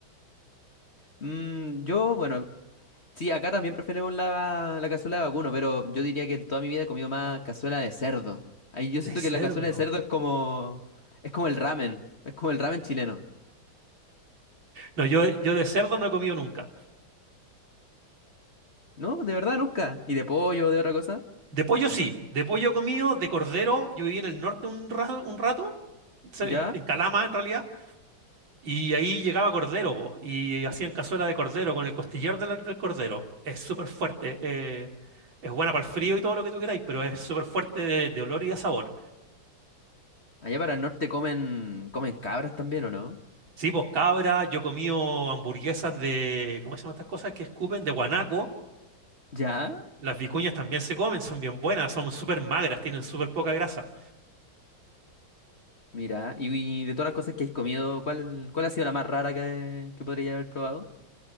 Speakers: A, on the left; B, on the right.
A: Mm, yo, bueno, sí, acá también preferimos la, la cazuela de vacuno, pero yo diría que en toda mi vida he comido más cazuela de cerdo. Ahí yo siento
B: De cerdo.
A: que la cazuela de cerdo es como... Es como el ramen. Es como el ramen chileno.
B: No, yo, yo de cerdo no he comido nunca.
A: No, de verdad, nunca. ¿Y de pollo, de otra cosa?
B: De pollo sí, de pollo he comido, de cordero. Yo viví en el norte un, ra- un rato, se-
A: ¿Ya?
B: en, en Calama en realidad, y ahí llegaba cordero, po, y hacían cazuela de cordero con el costillar del, del cordero. Es súper fuerte. eh, es buena para el frío y todo lo que tú queráis, pero es súper fuerte de de olor y de sabor.
A: Allá para el norte comen... comen cabras también, ¿o no?
B: Sí, pues cabra, yo he comido hamburguesas de, ¿cómo se llaman estas cosas que escupen? De guanaco.
A: ¿Ya?
B: Las vicuñas también se comen, son bien buenas, son súper magras, tienen súper poca grasa.
A: Mira, y, y de todas las cosas que has comido, ¿cuál, cuál ha sido la más rara que, que podría haber probado?